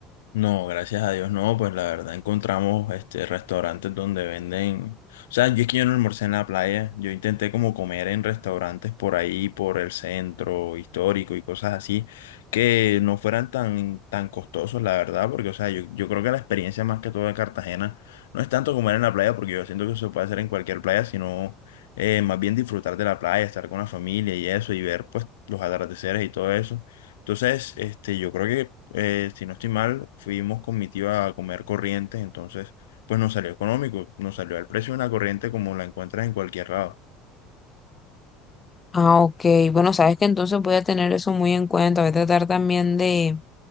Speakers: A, on the left (about 85°); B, on the left (about 25°).
A: No, gracias a Dios, no, pues la verdad encontramos este restaurantes donde venden, o sea, yo es que yo no almorcé en la playa, yo intenté como comer en restaurantes por ahí, por el centro histórico y cosas así, que no fueran tan, tan costosos, la verdad, porque, o sea, yo, yo creo que la experiencia más que todo de Cartagena no es tanto comer en la playa, porque yo siento que eso se puede hacer en cualquier playa, sino eh, más bien disfrutar de la playa, estar con la familia y eso, y ver pues los atardeceres y todo eso entonces, este, yo creo que, eh, si no estoy mal, fuimos con mi tía a comer corrientes, entonces, pues nos salió económico, nos salió al precio de una corriente como la encuentras en cualquier lado.
B: Ah, ok. Bueno, sabes que entonces voy a tener eso muy en cuenta. Voy a tratar también de,